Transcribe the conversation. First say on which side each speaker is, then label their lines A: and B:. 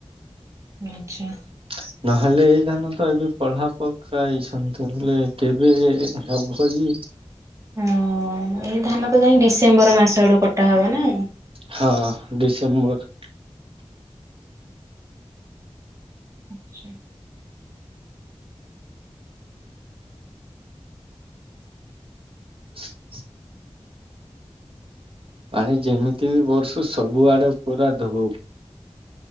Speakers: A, on the right; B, on the right.
A: ଆଚ୍ଛା।
B: ହ ନହେଲେ ଏଇ ଧାନ ତ ଏବେ ପଢାପକା ହେଇଛନ୍ତି ବୋଲେ କେବେ ହେବ ବି
A: ହଁ ଏଇ ଧାନ ତ ଯାଇ ଡିସେମ୍ବର ମାସ ଆଡୁ କଟା ହବ ନା?
B: ହଁ ଡିସେମ୍ବର।
A: ଆଚ୍ଛା।
B: <inaudible> ପାଣି ଯେମିତି ବି ବର୍ଷୁ ସବୁ ଆଡେ ପୁରା ଧୋଉ।